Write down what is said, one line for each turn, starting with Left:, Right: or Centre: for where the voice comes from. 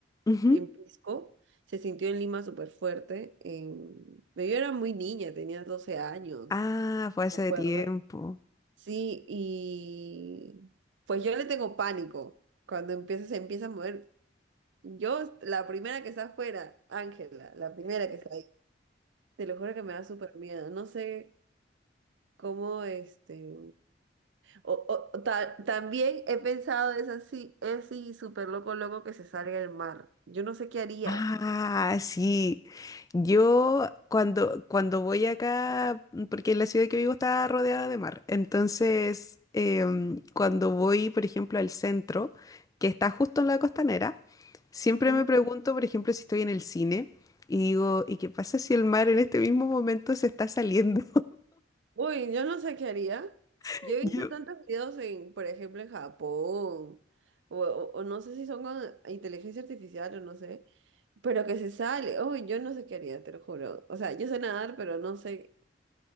Left: Ujú.
Right: en Pisco, se sintió en Lima súper fuerte. en- Yo era muy niña, tenía 12 años,
Left: Ah, fue hace
Right: ¿me acuerdo?
Left: tiempo.
Right: Sí, y pues yo le tengo pánico cuando empieza, se empieza a mover. Yo, la primera que está afuera, Ángela, la primera que está ahí, te lo juro que me da súper miedo. No sé cómo este. O, o- ta- también he pensado es así, es así súper loco, loco que se salga del mar. Yo no sé qué haría.
Left: Ah, sí. Yo cuando, cuando voy acá, porque la ciudad que vivo está rodeada de mar, entonces em, cuando voy, por ejemplo, al centro, que está justo en la costanera, siempre
Right: Ujú.
Left: me pregunto, por ejemplo, si estoy en el cine y digo, ¿y qué pasa si el mar en este mismo momento se está saliendo?
Right: Uy, yo no sé qué haría.
Left: <laughs>
Right: Yo he visto
Left: Yo,
Right: tantos videos en, por ejemplo, en Japón, o, o- o no sé si son con inteligencia artificial o no sé, pero que se sale. Uy, yo no sé qué haría, te lo juro. O sea, yo sé nadar, pero no sé